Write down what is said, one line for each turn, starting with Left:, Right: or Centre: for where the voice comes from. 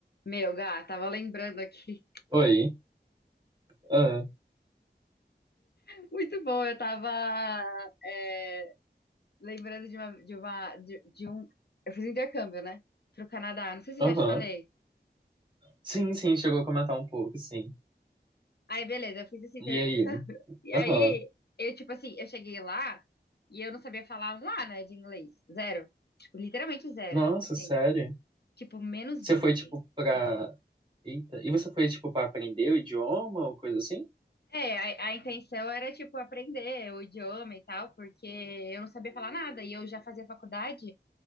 Left: Meu, Gá, tava lembrando aqui.
Right: Oi. Ah,
Left: <laughs> Muito bom, eu tava é, lembrando de uma, de uma, de, de um. Eu fiz um intercâmbio, né? Pro Canadá. Não sei se
Right: Aham.
Left: eu já te falei.
Right: Sim, sim, chegou a comentar um pouco, sim.
Left: Aí, beleza, eu fiz esse intercâmbio.
Right: E aí?
Left: <laughs> E
Right: Aham.
Left: aí, eu, tipo assim, eu cheguei lá e eu não sabia falar um A, né, de inglês. Zero. Tipo, literalmente zero.
Right: Nossa,
Left: Assim,
Right: sério?
Left: tipo, menos
Right: Você
Left: vinte
Right: foi, tipo, pra... Eita. E você foi, tipo, pra aprender o idioma ou coisa assim?
Left: É, a, a intenção era, tipo, aprender o idioma e tal, porque eu não sabia falar nada. E eu já fazia faculdade.